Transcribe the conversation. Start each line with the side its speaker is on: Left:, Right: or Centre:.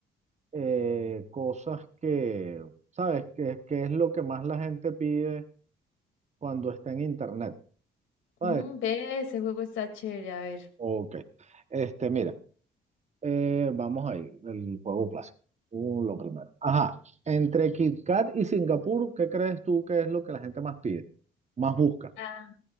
Right: eh, cosas que, ¿sabes? Que, que es lo que más la gente pide cuando está en internet, ¿sabes?
Left: Mm, ve, ese juego está chévere, a ver.
Right: Ok. Este, mira. Eh, vamos ahí, el juego clásico. Uh, lo primero. Ajá, entre KitKat y Singapur, ¿qué crees tú que es lo que la gente más pide? Más busca.
Left: Am,